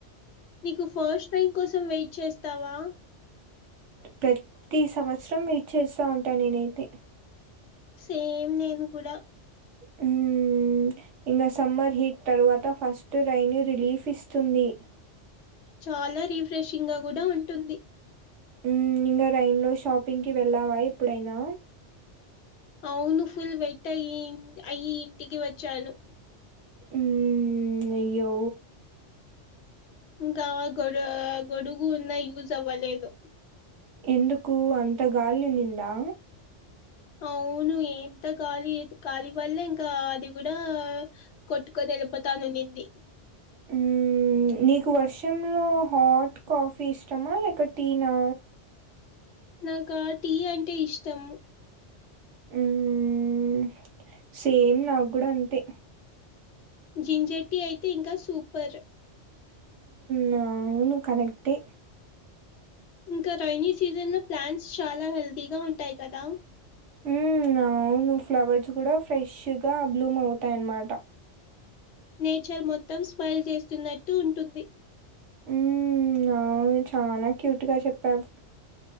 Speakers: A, on the left; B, on the right.
A: నీకు ఫస్ట్ టైం కోసం వెయిట్ చేస్తావా
B: ప్రతి సంవత్సరం వెయిట్ చేస్తా ఉంటా నేనైతే
A: సేమ్ నేను కూడా
B: హ్మ్ ఇంకా సమ్మర్ హీట్ తరువాత ఫస్ట్ రైనీ రిలీఫ్ ఇస్తుంది
A: చాలా రిఫ్రెషింగ్గ కూడా ఉంటుంది
B: మ్మ్ ఇంగ రైన్లో షాపింగ్కి వెళ్ళావా ఎప్పుడైనా
A: అవును ఫుల్ వెట్ అయ్యి ఇంటికి వచ్చాను
B: మ్మ్ అయ్యో
A: ఇంకా గొడు గొడుగు ఉన్నా యూజ్ అవ్వలేదు
B: ఎందుకు అంత గాలి నిండా
A: అవును ఎంత ఖాలీ ఖాలీ వల్లే ఇంకా అది కూడా కొట్టుకోదే ఎళ్ళిపోతాను అనింది
B: మ్మ్. నీకు వర్షంలో హాట్ కాఫీ ఇష్టమా లేక టీనా
A: నాకా టీ అంటే ఇష్టం
B: ఉమ్ సేమ్ నాకు గూడా అంతే
A: జింజర్ టీ అయితే ఇంకా సూపర్
B: మ్ అవును కరెక్టే
A: ఇంకా రైైనీ సీజన్లో ప్లాంట్స్ చాలా హెల్తీగా ఉంటాయి కదా
B: మ్మ్ అవును ఫ్లవర్స్ కూడా ఫ్రెష్గ బ్లూమ్ అవుతాయ్ అన్మాట
A: నేచర్ మొత్తం స్మైల్ చేస్తున్నట్టు ఉంటుంది
B: మ్మ్ అవును చాలా క్యూట్గా చెప్పావు